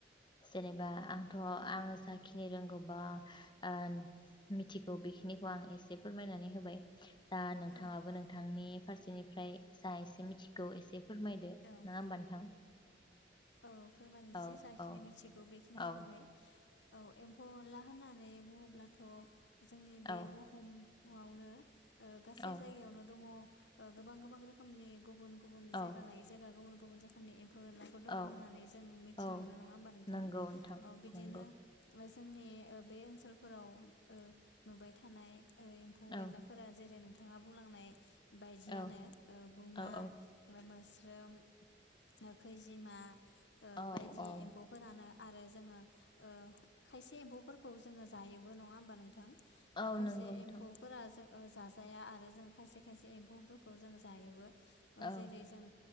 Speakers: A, on the left (about 25°); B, on the left (about 70°).
A: जेनेबा आं थ' आङो जाखिनि रोंगौ बा ओ मिथिगौ बेखिनिखौ आं एसे फोरमायनानै होबाय। दा नोंथाङाबो
B: औ
A: नोंथांनि फारसेनिफ्राय जा एसे मिथिगौ एसे फोरमायदो,
B: औ
A: नङा होमबा नोंथां?
B: औ फोरमायसै
A: औ
B: जाखिनि
A: औ
B: मिथिगौ बेखिनिखौहाय
A: औ
B: औ एम्फौ एनला होनना नै बुङोब्लाथ' जोंनि बे
A: औ
B: बुहुमावनो ओ गासै
A: औ
B: जायगायावनो दङ। ओ गोबां गोबां रोखोमनि गुबुन गुबुन जायगा
A: औ
B: लायै जायगा गुबुन गुबुन रखोमनि एम्फौ एनला दङ होननानै
A: औ
B: जों मिथिनो
A: औ
B: मोनो। नङा होमबा नोंथां?
A: नंगौ नोंथां
B: ओ बिदिनो
A: नंगौ
B: ओ जोंनि ओ बे ओनसोलफोराव ओ नुबाय थानाय एम्फौ
A: औ
B: एनलाफोरा जेरै नोंथाङा बुंलांनाय बायदियानो
A: औ
B: ओ गुमा
A: औ औ
B: ओमफाय मो स्रोम ओ खैजिमा ओ
A: औ
B: बायदि
A: औ
B: एम्फौफोरानो आरो जोङो ओ खायसे एम्फौ फोरखौबो जोङो जायोबो नङा होमबा नोंथां?
A: औ
B: ओ खायसे
A: नंगौ नोंथां
B: एम्फौफोरा जों ओ जाजाया आरो जों खायसे खायसे एम्फौफोरखौ जों जायोबो ओ
A: औ
B: जेरै जों